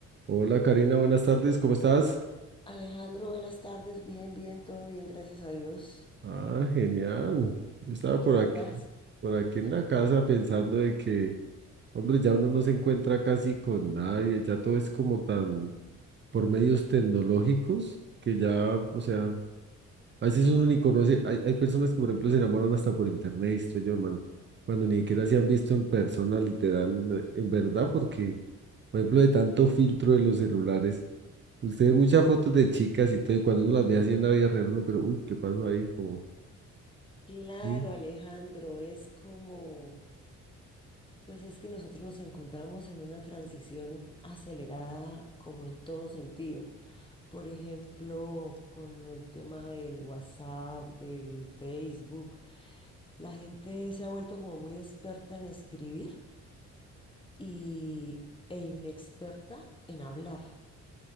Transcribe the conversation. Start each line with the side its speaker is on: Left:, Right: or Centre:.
Right: Hola Karina, buenas tardes, ¿cómo estás?
Left: Alejandro, buenas tardes. Bien, bien, todo bien, gracias a Dios.
Right: Ah, genial. Yo estaba
Left: ¿En
Right: por
Left: qué andas?
Right: aquí, por aquí en la casa pensando de que, hombre, ya uno no se encuentra casi con nadie, ya todo es como tan por medios tecnológicos que ya, o sea, a veces uno ni conoce, hay, hay personas que por ejemplo se enamoran hasta por internet, estoy yo, hermano, cuando ni siquiera se han visto en persona, literal, en verdad, porque, por ejemplo, de tanto filtro de los celulares. Usted ve muchas fotos de chicas y todo, y cuando uno las ve así en la vida real, uno, pero uy, ¿qué pasó ahí? Como,
Left: Claro,
Right: ¿sí?
Left: Alejandro, es como, pues es que nosotros nos encontramos en una transición acelerada como en todo sentido. Por ejemplo, con el tema del WhatsApp, del Facebook, la gente se ha vuelto como muy experta en escribir y, e inexperta en hablar.